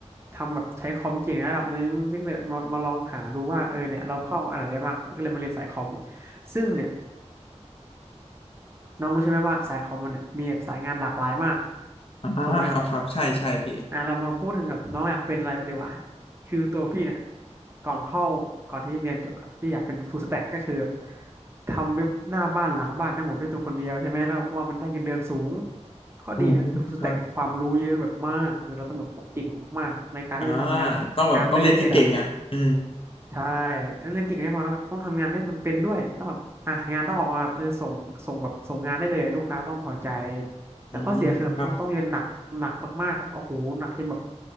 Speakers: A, on the right; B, on the left.
A: ทำแบบใช้คอมเก่งระดับหนึงพี่ก็เลยมามาลองหาดูว่าเออเนี่ยเราเข้าอะไรได้บ้างก็เลยมาเรียนสายคอมซึ่งเนี่ยน้องรู้ใช่ไหมว่าสายคอมมันเนี่ยมีแบบสายงานหลากหลายมาก
B: อ่าครับครับใช่ใช่พี่
A: ถูกไหม อ่ะเรามาพูดถึงแบบน้องอยากเป็นอะไรมาดีกว่าคือตัวพี่เนี่ยก่อนเข้าก่อนที่เรียนจบอะพี่อยากเป็นฟู l สแต็กก็คือแบบทำเว็บหน้าบ้านหลังบ้านทั้งหมดด้วยตัวคนเดียวใช่ไหมแล้วเพราะว่ามันได้เงินเดือนสูงข้อดีเนี่ยคือฟู
B: โอมครับ
A: l สแต็กเนี่ยความรู้เยอะแบบมากคือเราต้องแบบเกิงมากๆในการที่จะทำงานงานหนึ่งให้เสร็จอะ
B: อ่าต้องแบบต้องเรียนเก่งๆอ่ะเออ
A: ใช่แล้วเรียนเก่งไม่พอนะครับต้องทำงานให้มันเป็นด้วยต้องแบบอ่ะงานต้องออกมาแบบเออส่งส่งแบบส่งงานได้เลยลูกค้าต้องพอใจแต่ข้อเสียคือแบบต้องต้องเรียนหนักหนักมากๆโอ้โหหนักจนแบบ
B: อืมครับ